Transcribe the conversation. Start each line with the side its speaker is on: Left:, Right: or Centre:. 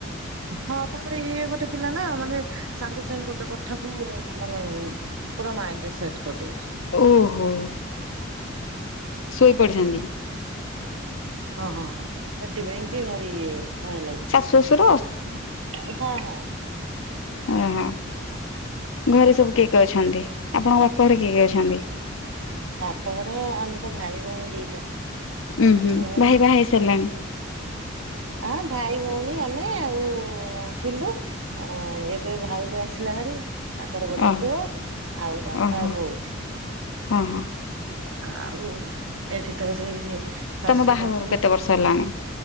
Right: ହଁ ତାପରେ ଇଏ ଗୋଟେ ପିଲା। ନା ମାନେ ସାଙ୍ଗେ ସାଙ୍ଗେ ଗୋଟେ କଥାକୁ ମାନେ ପୁରା ମାଇଣ୍ଡ ରେ ସେଟ କରି ଦଉଛି।
Left: ଓହୋ। ଶୋଇପଡିଛନ୍ତି।
Right: ହଁ ହଁ ହଁ ସେଥି ପାଇଁ କି ଭାରି ଇଏ। ଭୟ ଲାଗୁଛି
Left: ଶାଶୁ ଶ୍ୱଶୁର
Right: ହଁ ହଁ।
Left: ଅ ହ। ଘରେ ସବୁ କିଏ କିଏ ଅଛନ୍ତି ଆପଣ ଙ୍କ ବାପ ଘରେ କିଏ କିଏ ଅଛନ୍ତି।
Right: ବାପ ଘରେ ଆମେ ତ ଭାଇ ଭଉଣୀ ଦିଟା।
Left: ଉୁଁ ହୁଁ
Right: ମୁଁ
Left: ଭାଇ ବାହା ହେଇ ସାରିଲାଣି।
Right: ଆ ଭାଇ ଭଉଣୀ ଆମେ ଆଉ ଥିଲୁ। ଅ ଏବେ ଭାଉଜ ଆସିଲା ଭାରି। ତାଙ୍କର ଗୋଟେ
Left: ଓହୋ
Right: ପୁଅ ଆଉ ବାପା
Left: ଓହୋ
Right: ବୋଉ।
Left: ହଁ ହଁ।
Right: ଆଉ ଏଠି ତ ସେଇ ଶାଶୁ
Left: ତମ ବାହାଘରକୁ
Right: ଶଶୁ
Left: କେତେ ବର୍ଷ ହେଲାଣି?